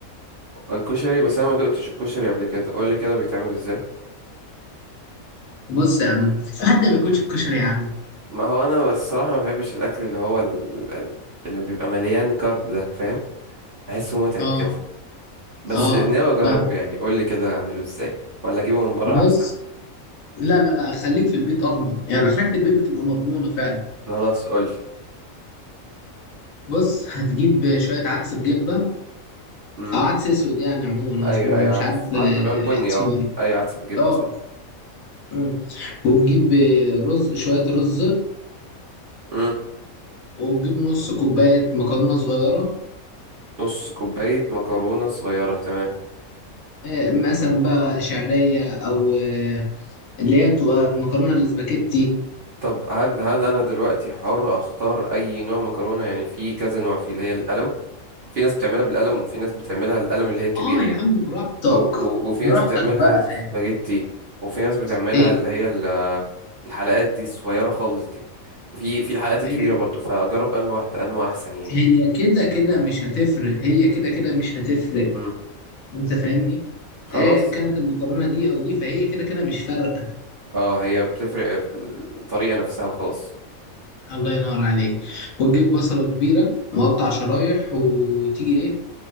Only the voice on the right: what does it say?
الكشري بس انا ما دقتش الكشري قبل كده قول لي كده بيتعمل ازاي
ما هو انا بس الصراحه ما بحبش الاكل اللي هو ال- ال- اللي بيبقى مليان كارب ده فاهم بحسه متعب
كده بس
ناوي اجربه
يعني قول لي كده اعمله ازاي ولا اجيبه من بره
احسن
خلاص قول لي
امم
ايوه
ايوه
عارف
عارف اللي هو البني
اه
ايوه عدس بجبه
صح
امم
نص كوبايه مكرونه صغيره تمام
طب هل هل انا دلوقتي حر اختار اي نوع مكرونه يعني في كذا نوع في اللي هي القلم في ناس بتعملها بالقلم وفي ناس بتعملها القلم اللي هي كبيرة
يعني
و... و... وفي
ناس بتعملها
سباجيتي وفي ناس بتعملها
اللي هي ال- الحلقات دي الصغيرة خالص دي وفي في الحلقات الكبيرة
برضو فأجرب أنهي واحدة أنهي أحسن يعني
مم.
خلاص
اه هي بتفرق في الطريقة نفسها وخلاص